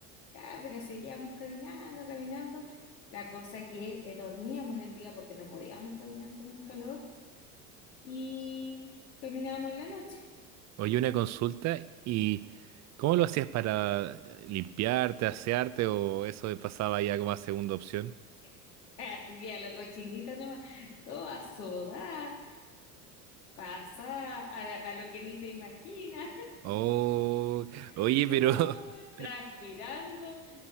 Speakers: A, on the left (about 80°); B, on the right (about 35°).
A: Ya, pero seguíamos caminando, caminando. La cosa que eh, dormíamos en el día porque no podíamos caminar con el calor y caminábamos en la noche.
B: Oye, una consulta, ¿y cómo lo hacías para limpiarte, asearte o eso de pasaba ya como a segunda opción?
A: <laughs> Así que a la cochinita nomás, toda sudada, Pasa a, la- a lo que ni te imaginas,
B: Oh,
A: <laughs>
B: oye,
A: uh,
B: pero, <laughs>
A: transpirando